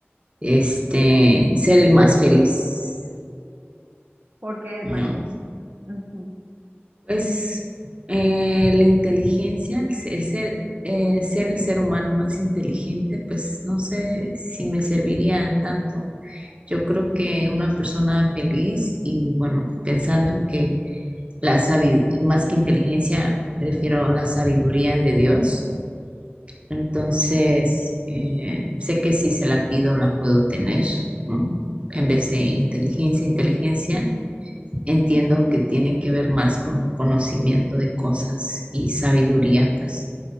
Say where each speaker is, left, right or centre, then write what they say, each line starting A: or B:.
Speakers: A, on the right; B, on the right.
A: este ser el más feliz.
B: ¿Por qué el
A: No.
B: más feliz? Ujú.
A: Pues eh, la inteligencia, el, se- el ser, eh, ser el ser humano más inteligente, pues no sé si me serviría tanto. Yo creo que una persona feliz y bueno, pensando en que la sabi- más que inteligencia, prefiero la sabiduría de Dios. Entonces, eh, sé que si se la pido, la puedo tener, ¿no? En vez de inteligencia, inteligencia. Entiendo que tiene que ver más con conocimiento de cosas y sabiduría, pues